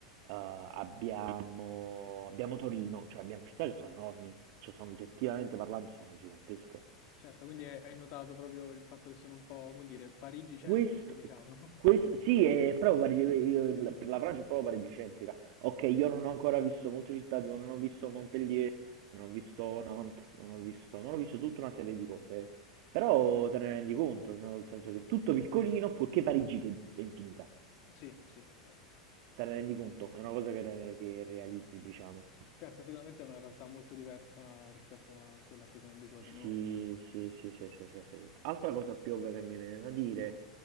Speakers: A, on the right; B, on the left.
A: eh, abbiamo, abbiamo Torino, cioè abbiamo città che sono enormi, cioè sono oggettivamente parlando sono gigantesche.
B: Certo, quindi hai hai notato proprio il fatto che sono un po', come dire, parigi-centrici,
A: Questo,
B: diciamo.
A: questo-
B: <laughs>
A: sì, è proprio Parigi, io- la la Francia è proprio parigicentrica. Ok, io
B: Sì,
A: non ho ancora visto molte città, tipo non ho visto Montpellier, non ho visto Nantes, non ho visto, non ho visto tutta una serie di cose, eh. però te ne rendi conto, cioè, nel senso che è tutto piccolino, fuorché Parigi che è infinita.
B: sì, sì, è vero.
A: Te ne rendi conto, è una cosa che, re- che realizzi, diciamo.
B: Certo, sicuramente è una realtà molto diversa rispetto a quella a cui siamo abituati noi,
A: Sì,
B: ecco.
A: sì, sì, sì, sì, sì, sì. Altra cosa più ovvia che mi viene da dire